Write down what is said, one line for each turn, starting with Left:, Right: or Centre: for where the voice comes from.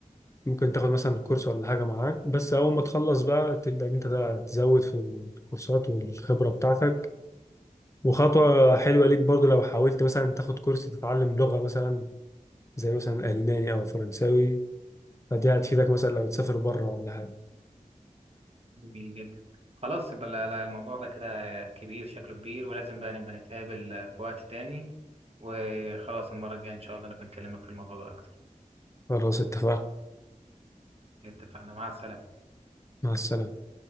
Left: ممكن تاخد مثلا كورس ولا حاجة معاك بس أول ما تخلص بقى تبدأ إن أنت ده تزود في الكورسات والخبرة بتاعتك وخطوة حلوة ليك برضو لو حاولت مثلا تاخد كورس تتعلم لغة مثلا زي مثلا ألماني أو فرنساوي فدي هتفيدك مثلا لو تسافر بره ولا حاجة
Right: جميل جدا خلاص يبقى لا- لا، الموضوع ده كده كبير شكله كبير ولازم بقى نبقى نتقابل آه، في وقت تاني وخلاص المرة الجاية إن شاء الله نبقى نكلمك في الموضوع ده أكتر
Left: خلاص اتفقنا
Right: اتفقنا مع السلامة
Left: مع السلامة